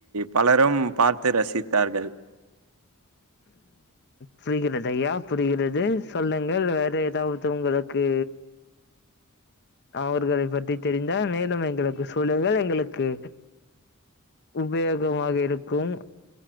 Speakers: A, on the right; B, on the left.
A: பலரும் பார்த்து ரசித் தார்கள்
B: புரிகிறதையா புரிகிறது சொல்லுங்கள் வேற ஏதாவது உங்களுக்கு அவர்களை பற்றி தெரிந்தால் மேலும் எங்களுக்கு சொல்லுங்கள் எங்களுக்கு உபயோகமாக இருக்கும்